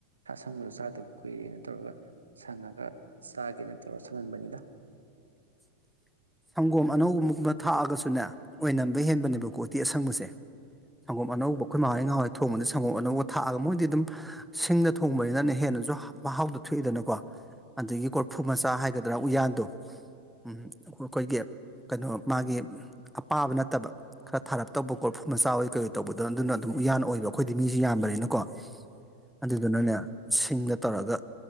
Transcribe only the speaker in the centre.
<inaudible> ꯁꯪꯒꯣꯝ ꯑꯅꯧꯕꯨꯝꯒꯨꯝꯕ ꯊꯥꯛꯑꯒꯁꯨꯅꯦ ꯑꯣꯏꯅꯝꯕ ꯍꯦꯟꯕꯅꯦꯕꯀꯣ ꯎꯇꯤ ꯑꯁꯪꯕꯁꯦ ꯁꯪꯒꯣꯝ ꯑꯅꯧꯕ ꯈꯣꯏ ꯃꯥ ꯍꯣꯏ ꯉꯥꯋꯥꯏ ꯊꯣꯡꯕꯗ ꯁꯪꯒꯣꯝ ꯑꯅꯧꯕ ꯊꯥꯛꯑꯒ ꯃꯣꯏꯗꯤ ꯑꯗꯨꯝ ꯁꯤꯡꯅ ꯊꯣꯡꯕꯅꯤꯅ ꯅꯦ ꯍꯦꯟ ꯅꯁꯨ ꯃꯍꯥꯎꯗꯨ ꯊꯣꯛꯏꯗꯅꯀꯣ ꯑꯗꯒꯤ ꯀꯣꯔꯐꯨ ꯃꯆꯥ ꯍꯥꯏꯒꯗ꯭ꯔꯥ ꯎꯌꯥꯟꯗꯣ ꯎꯝ ꯑꯣꯈꯣꯏ ꯀꯣꯏꯒꯤ ꯀꯩꯅꯣ ꯃꯥꯒꯤ ꯑꯄꯥꯕ ꯅꯠꯇꯕ ꯈꯔ ꯊꯥꯔꯞ ꯇꯧꯕ ꯈꯣꯠꯐꯨ ꯃꯆꯥ ꯑꯣꯏ ꯀꯩ ꯑꯣꯏ ꯇꯧꯕꯗꯣ ꯑꯗꯨꯅ ꯑꯗꯨꯝ ꯎꯌꯥꯟ ꯑꯣꯏꯕ ꯑꯈꯣꯏꯗꯤ ꯃꯤꯁꯤ ꯌꯥꯝꯕꯅꯤꯅꯀꯣ ꯑꯗꯨꯗꯨꯅꯅꯣ ꯁꯤꯡꯗ ꯇꯧꯔꯒ